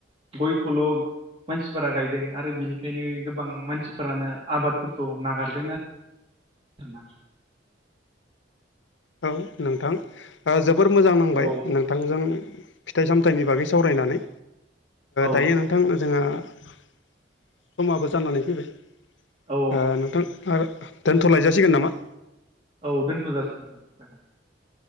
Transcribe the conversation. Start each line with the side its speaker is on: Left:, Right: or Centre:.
Right: गयखौल' मानसिफोरा गायदों आरो बिनिखायनो गोबां मानसिफोरानो आबादफोरखौ नागारदों आरो <inaudible>
Left: औ नोंथां जोबोर मोजां नांबाय
Right: औ
Left: नोंथांजों फिथाइ सामथाइनि बागै सावरायनानै
Right: औ
Left: दायो नों थां जोंहा समाबो जानानै फैबाय
Right: औ
Left: ओ नोंथां आर दोनथ'लायजासिगोन नामा?
Right: औ दोन्थ' जासिगोन <unintelligible>